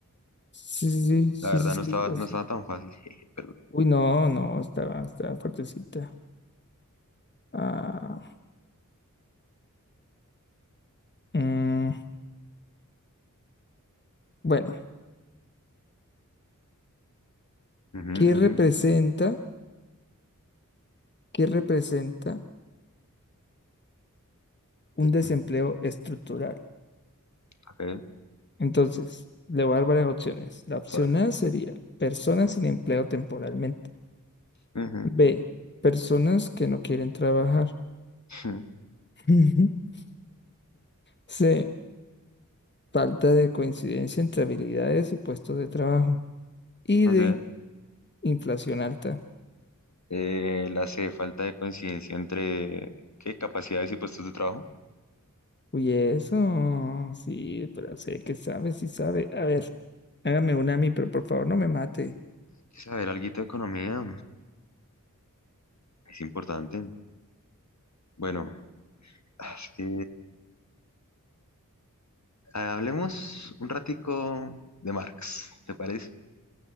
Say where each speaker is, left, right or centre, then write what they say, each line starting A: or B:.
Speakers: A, on the left; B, on the left.
A: sí, sí, sí,
B: La verdad
A: sí, sí,
B: no
A: sí,
B: estaba,
A: eso.
B: no estaba tan fácil. <laughs> Jeje, Perdón.
A: Uy, no, no, estaba, estaba fuertecita. Ah, mm, bueno,
B: Ujú,
A: ¿qué representa,
B: ujú,
A: qué representa un desempleo
B: ujú.
A: estructural?
B: Ok,
A: Entonces, le voy a dar varias opciones. La opción
B: vale.
A: A sería personas sin empleo temporalmente.
B: Ujú,
A: B, personas que no quieren trabajar.
B: <laughs> ujú.
A: <laughs> C, falta de coincidencia entre habilidades y puestos de trabajo. Y
B: Ok.
A: D, inflación alta.
B: eh, la C, falta de coincidencia entre qué capacidades y puestos de trabajo.
A: Uy, eso, sí, pero sé que sabe, sí sabe. A ver, hágame una a mí, pero por favor no me mate.
B: Hay que saber algo de economía, es importante. Bueno, es que ah, hablemos un ratico de Marx, ¿te parece?